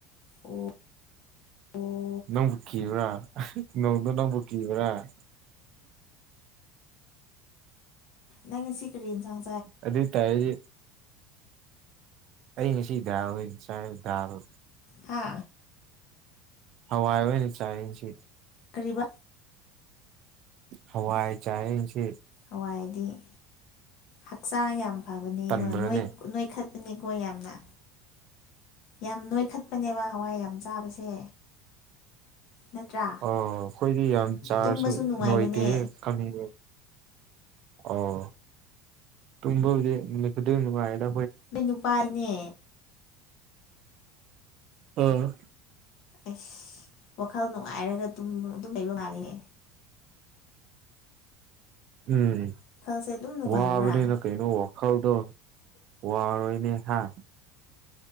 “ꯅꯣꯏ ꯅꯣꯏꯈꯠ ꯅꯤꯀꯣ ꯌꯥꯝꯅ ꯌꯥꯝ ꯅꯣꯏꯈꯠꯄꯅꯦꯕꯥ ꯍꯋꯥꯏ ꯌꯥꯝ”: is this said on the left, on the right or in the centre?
Left